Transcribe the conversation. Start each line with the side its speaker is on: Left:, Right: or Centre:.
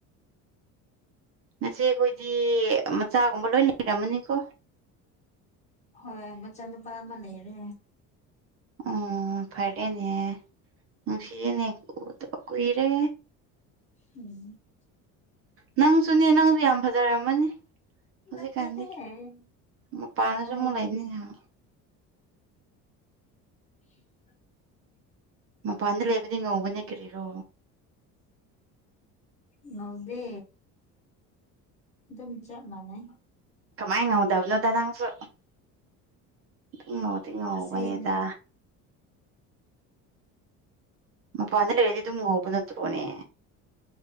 Right: ꯅꯆꯦ ꯈꯣꯏꯗꯤ ꯃꯆꯥꯒꯨꯝꯕ ꯂꯣꯏ ꯂꯩꯔꯝꯃꯅꯤꯀꯣ
Left: ꯍꯣꯏ ꯃꯆꯥꯅꯨꯄꯥ ꯑꯃ ꯂꯩꯔꯦ
Right: ꯑꯣ ꯐꯔꯦꯅꯦ ꯅꯨꯡꯁꯤꯌꯦꯅꯦ ꯎꯗꯕ ꯀꯨꯏꯔꯦ
Left: ꯎꯝ
Right: ꯅꯪꯁꯨꯅꯦ ꯅꯪꯁꯨ ꯌꯥꯝ ꯐꯖꯔꯝꯃꯅꯤ ꯍꯧꯖꯤꯛꯀꯥꯟꯗꯤ
Left: ꯅꯠꯇꯦꯍꯦ
Right: ꯃꯄꯥꯥꯟꯗꯁꯨ
Left: ꯀꯥꯏꯗꯒꯤ
Right: ꯑꯃꯨꯛ ꯂꯩꯕꯅꯤꯅ ꯍꯥ
Left: <inaudible>
Right: ꯃꯄꯥꯟꯗ ꯂꯩꯕꯗꯤꯉꯧꯕꯅꯦ ꯀꯔꯤꯔꯣ
Left: ꯉꯧꯗꯦ ꯑꯗꯨꯝ ꯆꯥꯞ ꯃꯥꯟꯅꯩ
Right: ꯀꯃꯥꯏꯅ ꯉꯧꯗꯕꯅꯣꯗ ꯅꯪꯁꯨ ꯑꯗꯨꯝ ꯉꯧꯗꯤ ꯉꯧꯕꯅꯦꯗ
Left: ꯑꯁꯦꯡꯕ
Right: ꯃꯄꯥꯟꯗ ꯂꯩꯔꯗꯤ ꯑꯗꯨꯝ ꯉꯧꯕ ꯅꯠꯇ꯭ꯔꯣꯅꯦ